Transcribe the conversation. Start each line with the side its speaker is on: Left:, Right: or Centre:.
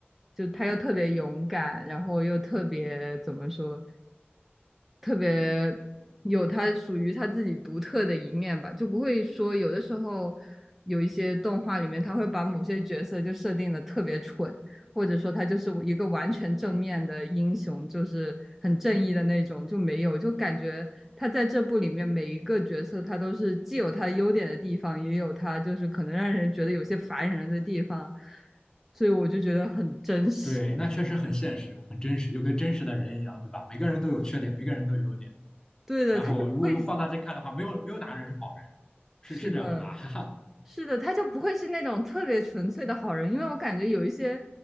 Centre: 就他又特别勇敢，然后又特别怎么说，特别有他属于他自己独特的一面吧，就不会说有的时候有一些动画里面他会把某些角色就设定的特别蠢。或者说他就是一个完全正面的英雄，就是很正义的那种，就没有，就感觉他在这部里面每一个角色，他都是既有他优点的地方，也有他就是可能让人觉得有些烦人的地方，所以我就觉得很真实。
Left: 对，那确实很现实，很真实，就跟真实的人一样，对吧？每个人都有缺点，每个人都有优点。
Centre: 对的，
Left: 然后如果用放大镜看的话，
Centre: 他就不会，
Left: 没有没有哪个人是好人，是是这样的吧？
Centre: 是的，
Left: <laughs> 哈哈，
Centre: 是的，他就不会是那种特别纯粹的好人，因为我感觉有一些